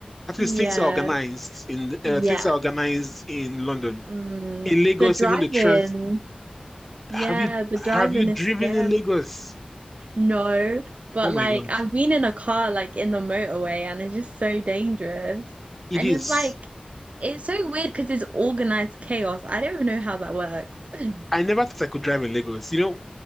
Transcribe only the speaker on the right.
yeah,
yeah.
Mm,
the drive-in.
Yeah,
the drive-in
is scary.
No, but
like
I've been in a car like in the motorway and it's just so dangerous.
And
it's like it's so weird because it's organized chaos. I don't even know how that works. <laughs>